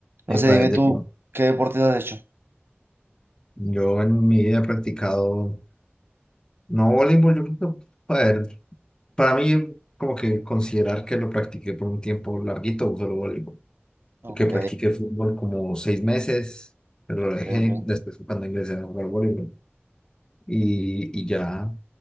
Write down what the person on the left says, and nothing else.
epa,
de-
yo en mi vida he practicado, no voleibol, yo creo que, a ver, para mí como que considerar que lo practiqué por un tiempo larguito, solo voleibol,
que practiqué fútbol como seis meses, pero
lo dejé
después fue cuando ingresé a jugar voleibol y, y ya,